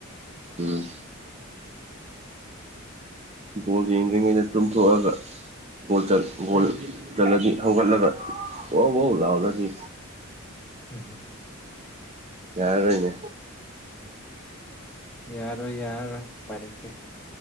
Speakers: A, on the right; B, in the centre.
A: ꯎꯝ ꯕꯣꯜ ꯌꯦꯡꯗꯔ꯭ꯤꯉꯩꯗ ꯇꯨꯝꯊꯣꯛ ꯑꯒ ꯣꯜ ꯕꯣꯜ ꯆꯠꯂꯗꯤ ꯍꯧꯒꯠꯂꯒ ꯑꯣꯧ ꯑꯣꯧ ꯂꯥꯎꯔꯗꯤ
B: ꯎꯝ ꯍꯨꯝ
A: ꯌꯥꯔꯣꯏꯅꯦ
B: ꯌꯥꯔꯣꯏ ꯌꯥꯔꯔꯣꯏ ꯎꯄꯥꯏ ꯂꯩꯇꯦ